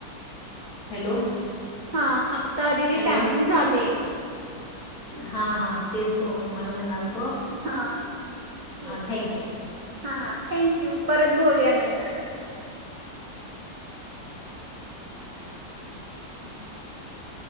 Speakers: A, on the left; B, on the right.
A: हॅलो.
B: हा आप तर दिदी
A: हॅलो
B: टायमिंग झाले.
A: हा हा, तेच तुम्हाला म्हणणार होते.
B: हां आ ठीके‌
A: थँक्यू
B: बाय हां हां थँंक्यू परत बोलूया नंतर
A: <inaudible>